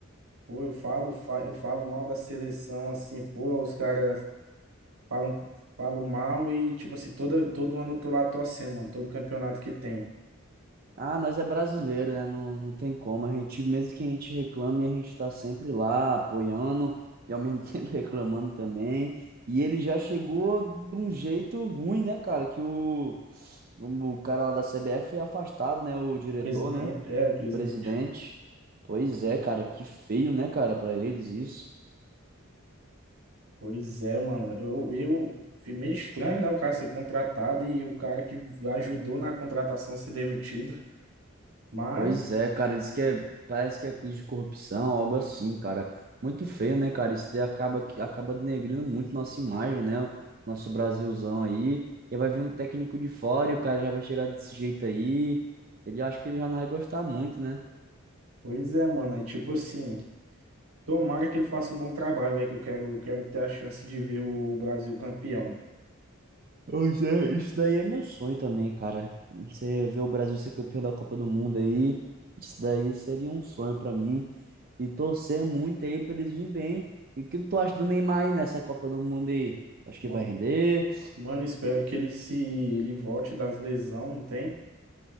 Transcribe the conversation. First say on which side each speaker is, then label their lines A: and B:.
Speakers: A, on the right; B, on the right.
A: Pô, eu falo, fa- eu falo mal da seleção, assim, pô, os caras falam, falam mal e, tipo assim, toda, todo ano eu tô lá torcendo, mano, todo campeonato que tem.
B: Ah, nós é brasileiro, né? Não, não tem como. A gente, mesmo que a gente reclame, a gente tá sempre lá apoiando e ao mesmo <laughs> tempo reclamando também. E ele já chegou de um jeito ruim, né, cara? Que o, o cara lá da CBF foi afastado, né? O diretor,
A: Presidente,
B: né?
A: é, o presidente.
B: O presidente. Pois é, cara, que feio, né, cara, pra eles isso.
A: Pois é, mano, eu, eu, fui meio estranho, né, o cara ser contratado e o cara que ajudou na contratação ser demitido, mas...
B: Pois é, cara, diz que é, parece que é quiz de corrupção, algo assim, cara. Muito feio, né, cara? Isso daí acaba, que- acaba denegrindo muito nossa imagem, né? Nosso Brasilzão aí. E vai vir um técnico de fora e o cara já vai chegar desse jeito aí. Ele acha que ele já não vai gostar muito, né?
A: Pois é, mano. Aí, tipo assim, Tomara que ele faça um bom trabalho, velho, que eu quero, eu quero ter a chance de ver o Brasil campeão.
B: Pois é, Isso daí é meu sonho também, cara. Você ver o Brasil ser campeão da Copa do Mundo aí, isso daí seria um sonho pra mim. E torcer muito aí pra eles virem bem. E o que que tu acha do Neymar aí nessa Copa do Mundo aí? Acho
A: Ma-
B: que vai render?
A: Mano, espero que ele se ele volte das lesão, não tem?